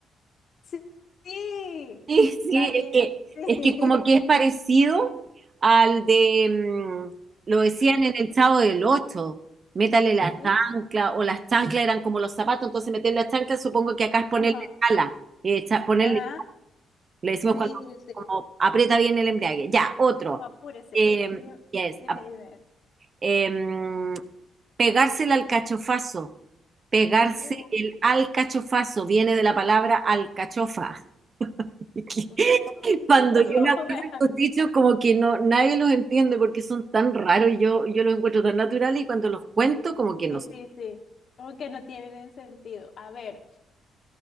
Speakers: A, on the left; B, on the right.
A: Sí, sí,
B: Sí, sí,
A: estás bien,
B: es que,
A: sí,
B: es que como que es parecido al de, mm, lo decían en el Chavo del Ocho, métale la
A: <laughs> sí,
B: chancla, o las chanclas eran como los zapatos, entonces meter la chancla supongo que acá es ponerle
A: ajá,
B: chala, eh, cha- ponerle,
A: ajá,
B: le decimos
A: sí,
B: cuando
A: sí, sí,
B: como aprieta bien el embrague. Ya, otro.
A: apúrese,
B: Eh,
A: Di-
B: yes,
A: dime, dime,
B: em, pegarse el alcachofazo, pegarse
A: uy,
B: el alcachofazo, viene de la palabra alcachofa. <laughs>
A: uy,
B: Cuando
A: no, <laughs>
B: yo me acuerdo
A: bueno,
B: de estos dichos, como que no, nadie los entiende porque son tan raros, y yo, yo los encuentro tan naturales y cuando los cuento, como que no
A: sí,
B: sé.
A: sí, sí, como que no tienen sentido, a ver,